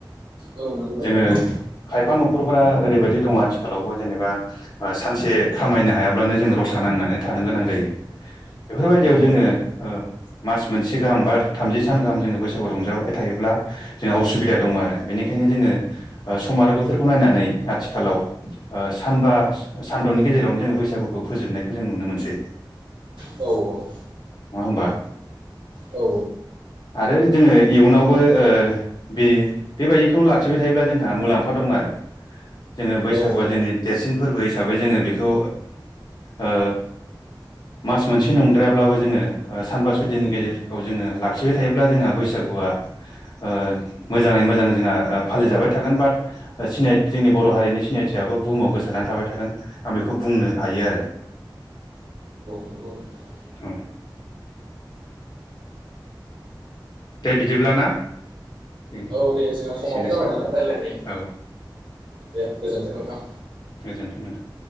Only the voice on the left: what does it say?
जोङो
खायफा न'खरफोरा ओरैबायदि दङ आथिखालावबो जेनेबा ओ सानसे खामायनो हायाब्लानो जोङो रसा नांनानै थानो गोनां जायो बेफोरबायदियाव
जोङो ओ मास मोनसे गाहाम बा थामजि सान गाहाम जोङो बैसागु रंजाबाय थायोब्ला जोंहा उसुबिदा दङ आरो बेनिखायनो जोङो सम आरो बोथोरखौ नायनानै आथिखालाव ओ सानबा सानद'नि गेजेरावनो जोङो बैसागुखौ फोजोबनायखौ जों नुनो मोनसै।
नङा होमबा?
आरो जोङो इयुनावबो ओ बि बेबायदिखौनो लाखिबाय थायोब्ला जोंहा मुलाम्फा दं आरो जोङो बैसागुआ
जोंनि देरसिन फोरबो हिसाबै जोङो बेखौ ओ मास मोनसे नंद्रायाब्लाबो जोङो सानबा सय दिननि गेजेरखौ जोङो लाखिबाय थायोब्ला जोंहा बैसागुआ ओ मोजाङै मोजां जोंहा फालिजाबाय थागोन बाट सिनाय जोंनि बर' हारिनि सिनायथियाबो बुहुमाव गोसारनानै थाबाय थागोन आं बेखौ बुंनो हायो आरो।
औ दे बिदिब्ला ना बेनो
एसेनोसै
औ
गोजोन्थों नोंथां